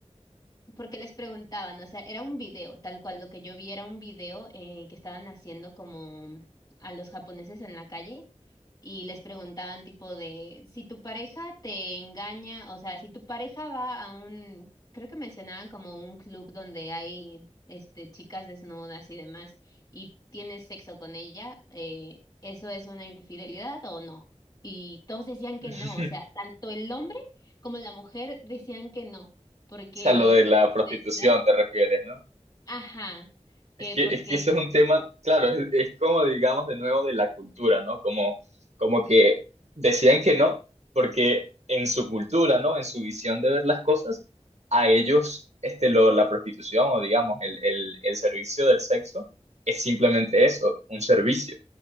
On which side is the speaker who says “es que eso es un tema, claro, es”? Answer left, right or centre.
Right